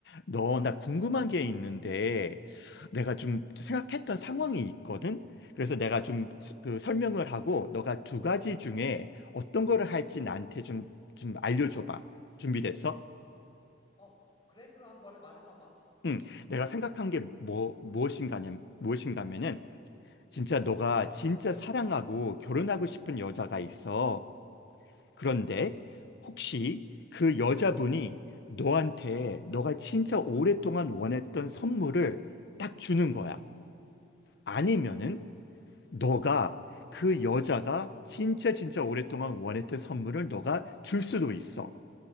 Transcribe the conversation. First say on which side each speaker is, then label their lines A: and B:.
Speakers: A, on the left (about 60°); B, on the left (about 25°).
A: 너, 나 궁금한 게 있는데, 내가 좀 생각했던 상황이 있거든? 그래서 내가 좀 그 설명을 하고, 너가 두 가지 중에 어떤 거를 할지 나한테 좀, 좀 알려줘봐. 준비됐어?
B: 어, 그래? 그럼 한번 말해봐봐.
A: 응. 내가 생각한 게 뭐, 무엇인가냐, 무엇인가면은, 진짜 너가 진짜 사랑하고 결혼하고 싶은 여자가 있어. 그런데, 혹시 그 여자분이 너한테 너가 진짜 오랫동안 원했던 선물을 딱 주는 거야. 아니면은 너가 그 여자가 진짜 진짜 오랫동안 원했던 선물을 너가 줄 수도 있어.